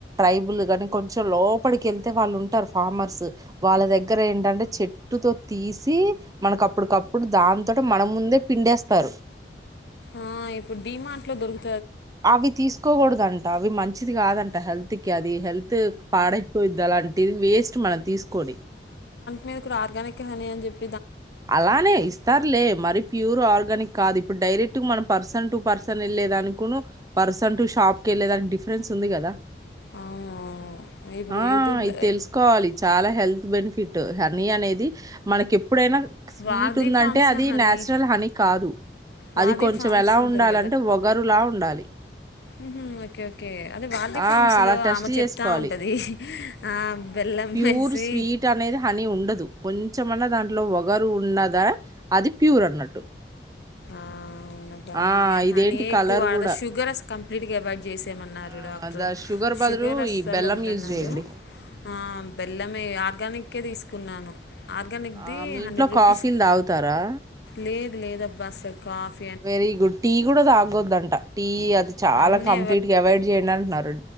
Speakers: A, on the right; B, on the left.
A: టెంపుల్ గానీ కొంచెం లోపలికి ఎళ్తే వాళ్ళు ఉంటారు. ఫార్మర్స్ వాళ్ళ దగ్గర ఏంటంటే చెట్టుతో తీసీ మనకు అప్ పుడు ఒకప్పుడు దాంతోటే మన ముందే పిండేస్తారు.
B: ఆ ఇపుడు డీమార్ట్ లో దొరుగు
A: అవ్వి తీసుకోగుడద అన్ అవి మంచిది గాదంట హెల్త్ కి అది హెల్త్ క్ పాడైపో ద అలాంటివి వేస్ట్ మనం తీసుకోని
B: మీరు కూడ ఆర్గానిక్ హనీ అని చెప్
A: అలానే ఇస్తారులే మరి ప్యూర్ ఆర్గానిక్ కాదు ఇప్పుడు డైరెక్ట్ మనం పర్సన్ టు పర్సన్ వెళ్లే దానికును, పర్సన్ టు షాప్ కి వెళ్ళేదాని డి ఫ్రెన్స్ ఉంది గదా.
B: అవునవును ఇప్పుడు
A: ఆ
B: యూట్యూబ్లో
A: ఇద్ తెలుసుకోవాలి. చాలా హెల్త్ బెనిఫిట్. హనీ అనేది ది మనకి ఎప్పుడైనా స్వీట్
B: వారధి
A: ఉందంటే
B: ఫామ్స్
A: అది
B: హనీ
A: నచురల్ హనీ కాదు
B: వాది
A: అది కొంచెం
B: ఫార్మ్స్
A: ఎలా
B: ఉంటది
A: ఉండాలంటే ఒగరులా ఉండాలి
B: మ్మహ్హ్ ఓకే ఓకే ఓకే అది వార్ది
A: ఆ
B: ఫామ్స్
A: అలా
B: లో
A: టెస్ట్
B: ఆమె చెప్తా
A: చేసుకోవాలి
B: ఉంటది ఇహ్ ఆ బెల్లం
A: ప్యూర్
B: వేసి
A: స్వీట్ అనేది హనీ ఉండదు కొంచెమన్నా దాంట్లో ఒగరు ఉన్నదా అది ప్యూర్ అన్నట్టు
B: ఆ అవునబ్బా
A: ఆ
B: ఇగా హనీ
A: ఇదేంటి
B: ఎకువ
A: కలర్
B: వాడ
A: కూడా
B: షుగర్ అస్ కంప్లీట్గ అవాయిడ్ చేసెయమన్నారు
A: ఆ
B: డాక్టర్
A: ద బదులు
B: షుగర్ అసలు
A: ఈ బెల్లం
B: వద్దన్నారు
A: యూజ్ చేయండి
B: అమ్ బెల్లమే ఆర్గానికే తీసుకున్నాను ఆర్గానిక్
A: ఆ
B: ది
A: మీ
B: హండ్రెడ్
A: ఇంట్లో
B: రూపీస్
A: కాఫీలు తాగుతారా
B: లేదు లేద అబ్బా అసలు కాఫ్
A: వెరీ గుడ్ టీ గుడా తాగొద్దంట టీ అది చాలా
B: అన్నీ
A: కంప్లీట్గా అవాయిడ్ చేయండి అంటున్నారు